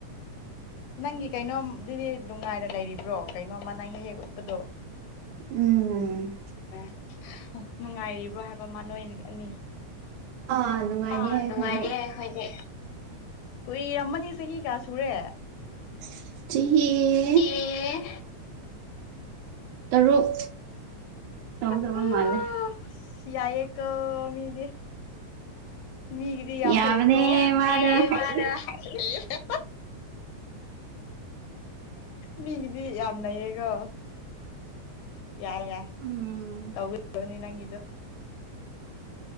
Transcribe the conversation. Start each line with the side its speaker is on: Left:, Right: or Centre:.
Left: ꯅꯪꯒꯤ ꯀꯩꯅꯣꯝꯗꯨꯗꯤ ꯅꯨꯡꯉꯥꯏꯔ ꯂꯩꯔꯤꯕ꯭ꯔꯣ ꯀꯩꯅꯣꯝꯃ ꯅꯪ ꯍꯦꯛ ꯍꯦꯛ ꯎꯠꯄꯗꯣ
Right: ꯎꯝ ꯎꯝ
Left: ꯑꯦ ꯅꯨꯡꯉꯥꯏꯔꯤꯕ꯭ꯔꯣ ꯍꯥꯏꯕ ꯃꯥ ꯅꯣꯏ ꯑꯅꯤ
Right: ꯑꯥ ꯅꯨꯡꯉꯥꯏꯔꯦ
Left: ꯑꯥ
Right: ꯑꯩꯈꯣꯏꯗꯤ
Left: ꯅꯨꯡꯉꯥꯏꯔꯤꯌꯦ ꯑꯩꯈꯣꯏꯗꯤ ꯀꯨꯏꯔꯝꯃꯅꯤ ꯆꯍꯤ ꯀꯌꯥ ꯁꯨꯔꯦ
Right: ꯆꯍꯤ
Left: ꯆꯍꯤ
Right: ꯇꯔꯨꯛ ꯇꯧꯗꯧꯕ
Left: ꯑꯁ
Right: ꯃꯥꯜꯂꯦ
Left: ꯌꯥꯏꯌꯦꯀꯣ ꯃꯤꯗꯤ ꯃꯤꯒꯤꯗꯤ ꯌꯥꯝ
Right: ꯌꯥꯕꯅꯦ
Left: ꯐꯩꯌꯦꯀꯣ ꯌꯥꯕꯅꯦ
Right: ꯃꯥꯗꯣ ꯍꯩꯁ
Left: ꯃꯥꯗꯣ ꯍꯩ ꯍ ꯃꯤꯒꯤꯗꯤ ꯌꯥꯝ ꯅꯩꯌꯦꯒꯣ ꯌꯥꯏ ꯌꯥꯏ
Right: ꯎꯝ
Left: ꯇꯧꯏ ꯂꯣꯅꯤ ꯅꯪꯒꯤꯗꯨ